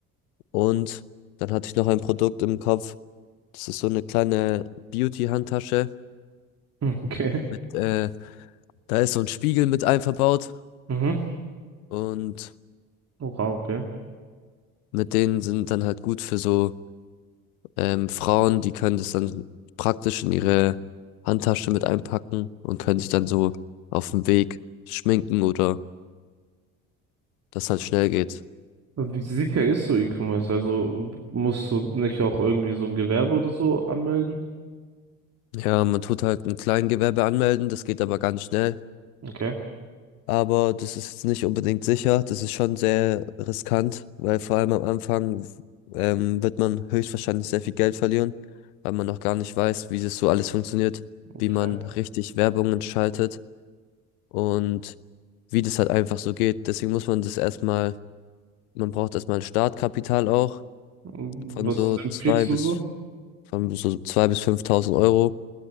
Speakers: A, on the left; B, on the right.
A: Und dann hatte ich noch ein Produkt im Kopf. Das ist so eine kleine Beauty-Handtasche
B: <laughs> Mhm. Okay.
A: mit, äh, da ist so ein Spiegel mit einverbaut.
B: Mhm.
A: Und
B: Oha, okay.
A: mit denen sind dann halt gut für so Ähm, Frauen, die können das dann praktisch in ihre Handtasche mit einpacken und können sich dann so auf dem Weg schminken oder das halt schnell geht.
B: Wie sicher ist so E-Commerce? Also musst du nicht auch irgendwie so ein Gewerbe oder so anmelden?
A: Ja, man tut halt ein Kleingewerbe anmelden, das geht aber ganz schnell.
B: Okay.
A: Aber das ist jetzt nicht unbedingt sicher, das ist schon sehr riskant, weil vor allem am Anfang ähm, wird man höchstwahrscheinlich sehr viel Geld verlieren, weil man noch gar nicht weiß, wie das so alles funktioniert,
B: Okay.
A: wie man richtig Werbungen schaltet und wie das halt einfach so geht. Deswegen muss man das erstmal, man braucht erstmal ein Startkapital auch
B: Was
A: von so
B: empfiehlst
A: zwei
B: du
A: bis,
B: so?
A: von so zwei bis 5.000 Euro,